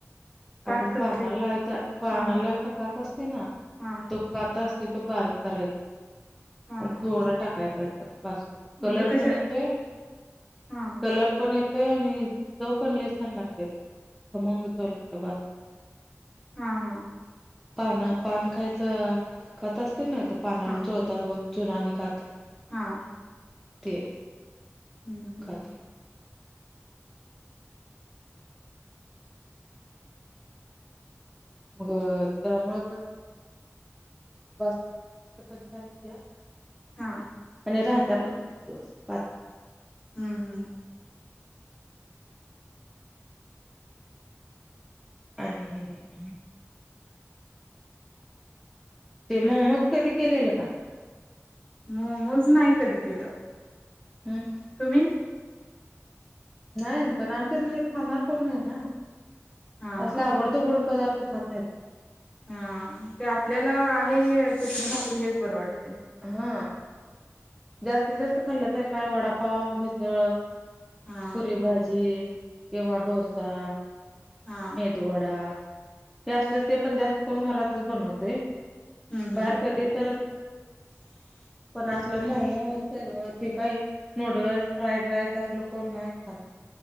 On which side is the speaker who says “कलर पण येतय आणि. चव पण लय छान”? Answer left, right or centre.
Centre